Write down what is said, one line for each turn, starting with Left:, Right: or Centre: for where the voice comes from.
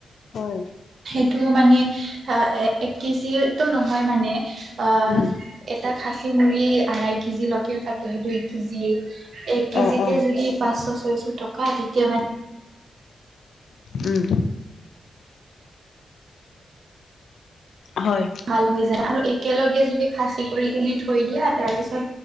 Left: হয়
Right: সেইটো মানে আহ এ এক কেজিটো নহয় মানে অ
Left: উম
Right: এটা খাচী মুৰ্গী আৰাই কেজি লকেও থাকে দুই কেজিয়ে এক কেজিতে
Left: অ অ
Right: যদি পাঁচ পাঁচশ ছয়শ টকা দ্বিতীয় মানে
Left: উম হয়
Right: ভাল হৈ যায় আৰু একেলগে যদি ফাচি কৰি কি থৈ দিয়া তাৰ পিছত